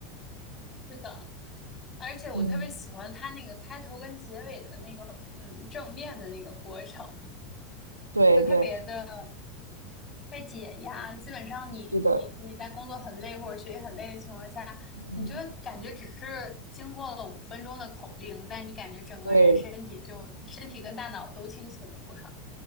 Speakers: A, on the left; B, on the right.
A: 是的，而且我特别喜欢它那个开头跟结尾的那个，
B: 嗯。
A: 嗯，正面的那个过程，
B: 对对，
A: 就特别的被解压。基本上你你你在工作很累或者学习很累的情况下，
B: 是的，嗯，
A: 你就感觉只是经过了五分钟的口令，但你感觉整个人身体就身体跟大脑都清醒了不少。
B: 对，